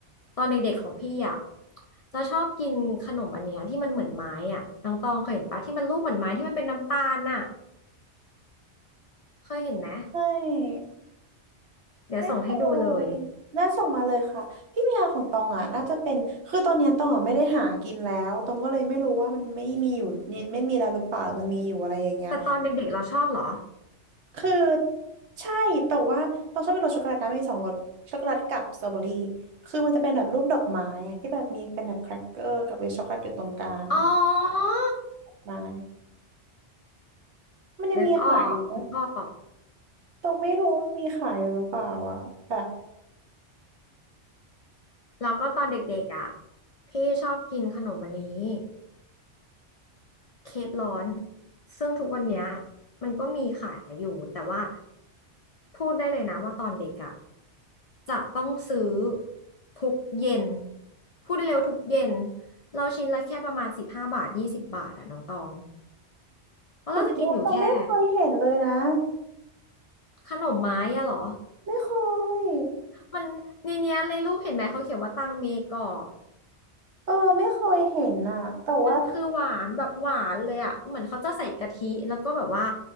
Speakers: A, on the left; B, on the right.
A: ตอนเด็กๆของพี่อ่ะจะชอบกินขนมอันเนี้ยที่มันเหมือนไม้อ่ะน้องตองเคยเห็นปะที่มันรูปเหมือนไม้ที่มันเป็นน้ำตาลน่ะเคยเห็นไหม
B: ไม่
A: เดี๋ยวส่งให้ดูเลย
B: ไม่เคยน่าส่งมาเลยค่ะพี่พิยาของตองอ่ะน่าจะเป็นคือตอนเนี้ยตองอ่ะไม่ได้หากินแล้วตองก็เลยไม่รู้ว่ามันไม่มีอยู่เนี่ยไม่มีแล้วหรือเปล่ามันมีอยู่อะไรอย่างเงี้ย
A: แต่ตอนเด็กๆเราชอบเหรอ
B: คือใช่แต่ว่าต้องชอบกินรสช็อกโกแลตนะมีสองรสช็อกโกแลตกับสตรอเบอรี่คือมันจะเป็นแบบรูปดอกไม้อะที่แบบมีเป็นแบบแครกเกอร์กับมีช็อกโกแลตอยู่ตรงกลางอะ
A: อ๋อ
B: ไม้มันยังมีขายอยู่ปะ
A: นึกออกนึกออก
B: ต้องไม่รู้มีขายอยู่หรือเปล่าอะแบบ
A: แล้วก็ตอนเด็กๆอ่ะพี่ชอบกินขนมอันนี้เคกร้อนซึ่งทุกวันเนี้ยมันก็มีขายอยู่แต่ว่าพูดได้เลยนะว่าตอนเด็กอ่ะจะต้องซื้อทุกเย็นพูดได้เร็วาทุกเย็นเราชิ้นละแค่ประมาณสิบห้าบาทยี่สิบบาทอ่ะน้องตองแล้วเราจะกินอยู่แค่
B: สุดยอดต้องไม่เคยเห็นเลยนะ
A: ขนมไม้อะเหรอ
B: ไม่เคย
A: มันในเนี้ยในรูปเห็นไหมเขาเขียนว่าตังเมกอบ
B: เออไม่เคยเห็นอะแต่ว่า
A: มันคือหวานแบบหวานเลยอ่ะเหมือนเขาจะใส่กะทิแล้วก็แบบว่า